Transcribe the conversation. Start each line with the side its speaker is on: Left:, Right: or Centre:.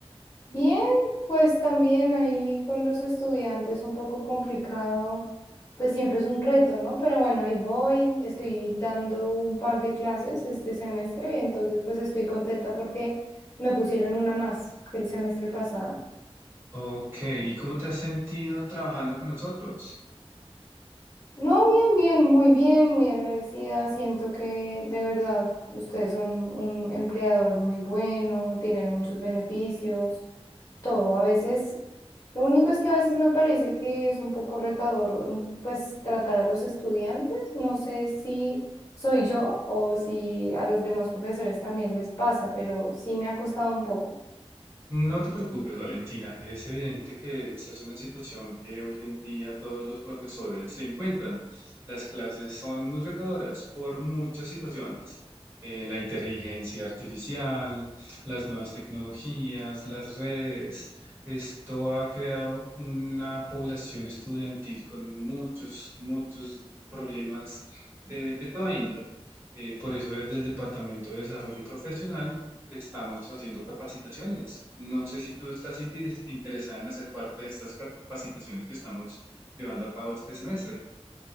Left: Bien, pues también ahí con los estudiantes un poco complicado, pues siempre es un reto, ¿no? Pero bueno, ahí voy, estoy dando un par de clases este semestre, entonces pues estoy contenta porque me pusieron una más que el semestre pasado.
Right: Ok, ¿y cómo te has sentido trabajando con nosotros?
Left: No, bien, bien, muy bien, muy agradecida. Siento que de verdad ustedes son un empleador muy bueno, tienen muchos beneficios. todo. A veces, lo único es que a veces me parece que es un poco retador, mm, pues, tratar a los estudiantes. No sé si soy yo o si a los demás profesores también les pasa, pero sí me ha costado un poco.
Right: No te preocupes, Valentina. Es evidente que esta es una situación que hoy en día todos los profesores se encuentran. Las clases son muy retadoras por muchas situaciones. Eh, la inteligencia artificial, las nuevas tecnologías, las redes. Esto ha creado una población estudiantil con muchos, muchos problemas de, de toda índole. Eh, por eso desde el Departamento de Desarrollo Profesional Estamos haciendo capacitaciones. No sé si tú estás interes- interesada en hacer parte de estas capacitaciones que estamos llevando a cabo este semestre.